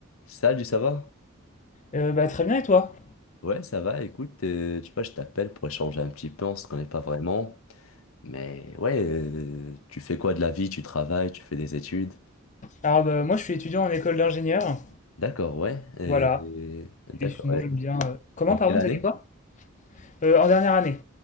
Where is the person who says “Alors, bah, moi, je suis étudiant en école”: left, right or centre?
Left